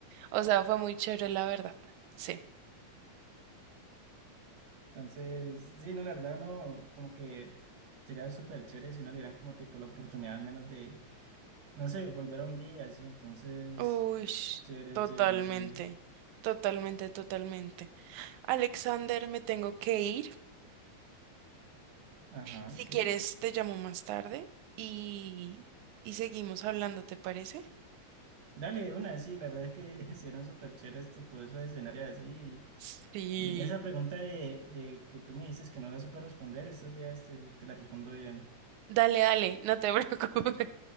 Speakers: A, on the right; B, on the right.
A: O sea, fue muy chévere, la verdad. Sí.
B: Entonces, sí, no, la verdad, uno como que sería súper chévere si uno le dieran como tipo la oportunidad al menos de, no sé, volver a un día, así, entonces,
A: Uy,
B: chévere,
A: totalmente,
B: chévere, sí.
A: totalmente, totalmente. Alexander, me tengo que ir.
B: Ajá,
A: Si
B: sí.
A: quieres, te llamo más tarde y, y seguimos hablando, ¿te parece?
B: Dale, de una, sí, la verdad es que <laughs> serían súper chéveres, tipo, esos escenarios así,
A: Sí.
B: Y esa pregunta de, de que tú me dices que no la supe responder, estos días te, te la respondo bien.
A: Dale, dale, no te <laughs> preocupes.